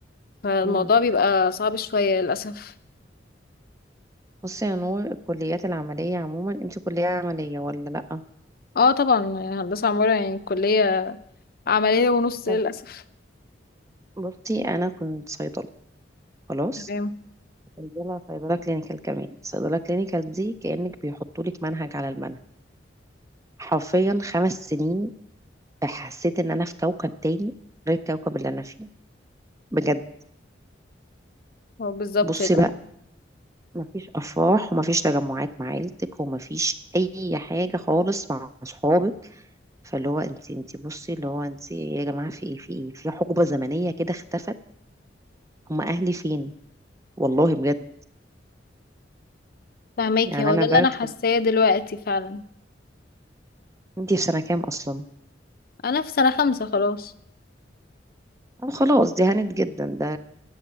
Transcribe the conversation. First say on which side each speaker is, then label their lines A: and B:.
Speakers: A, on the left; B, on the right.
A: فالموضوع
B: مم.
A: بيبقى صعب شوية للأسف
B: بصي يا نور الكليات العمليه عموما انت كليه عمليه ولا لا
A: اه طبعا هندسة عمارة يعني الكلية عملية ونص
B: طب
A: للأسف
B: بصي انا كنت صيدله خلاص
A: تمام
B: صيدلة صيدله صيدلة كلينيكال كمان صيدله كلينيكال دي كانك بيحطوا لك منهج على المنهج حرفيا خمس سنين حسيت ان انا في كوكب تاني غير الكوكب اللي انا فيه بجد
A: هو بالظبط
B: بصي
A: للأسف
B: بقى مفيش افراح ومفيش تجمعات مع عيلتك ومفيش اي حاجه خالص مع اصحابك فاللي هو انت انت بصي اللي هو انت يا جماعه في ايه في ايه في حقبه زمنيه كده اختفت هم اهلي فين والله بجد
A: فهماكي
B: يعني
A: هو
B: انا
A: ده اللي
B: برجع
A: أنا حاساه دلوقتي فعلا
B: انت في سنه كام اصلا
A: أنا في سنة خمسة خلاص
B: أو خلاص دي هانت جدا ده